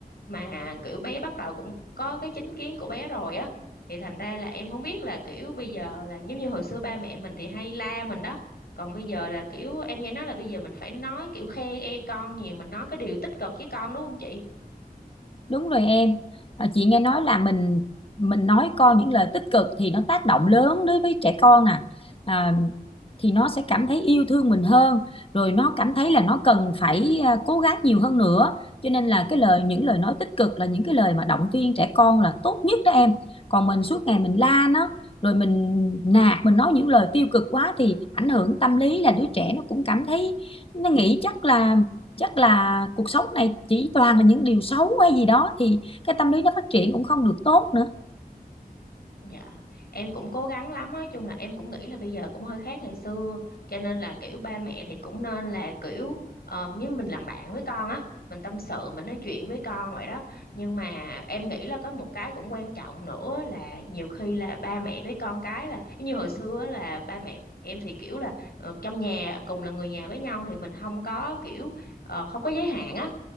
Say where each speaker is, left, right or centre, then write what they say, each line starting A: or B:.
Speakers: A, on the left; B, on the left.
A: mà kiểu bé bắt đầu cũng có cái chính kiến của bé rồi á thì thành ra là em không biết là kiểu bây giờ là giống như hồi xưa ba mẹ mình thì hay la mình đó còn bây giờ là kiểu em nghe nói là bây giờ mình phải nói kiểu khen ê con nhiều mình nói cái điều tích cực với con đúng không chị
B: Đúng rồi em, à, chị nghe nói là mình mình nói con những lời tích cực thì nó tác động lớn đối với trẻ con nè, à, thì nó sẽ cảm thấy yêu thương mình hơn, rồi nó cảm thấy là nó cần phải à, cố gắng nhiều hơn nữa, cho nên là cái lời những lời nói tích cực là những cái lời mà động viên trẻ con là tốt nhất đó em. Còn mình suốt ngày mình la nó, rồi mình nạt, mình nói những lời tiêu cực quá thì ảnh hưởng tâm lý là đứa trẻ nó cũng cảm thấy nó nghĩ chắc là chắc là cuộc sống này chỉ toàn là những điều xấu hay gì đó thì cái tâm lý nó phát triển cũng không được tốt nữa
A: Dạ, em cũng cố gắng lắm á, chung là em cũng nghĩ là bây giờ cũng hơi khác ngày xưa, cho nên là kiểu ba mẹ thì cũng nên là kiểu ờ, như mình làm bạn với con á, mình tâm sự, mình nói chuyện với con vậy đó. Nhưng mà em nghĩ là có một cái cũng quan trọng nữa là nhiều khi là ba mẹ với con cái là như hồi xưa á, là ba mẹ em thì kiểu là ờ, trong nhà cùng là người nhà với nhau thì mình không có kiểu ờ, không có giới hạn á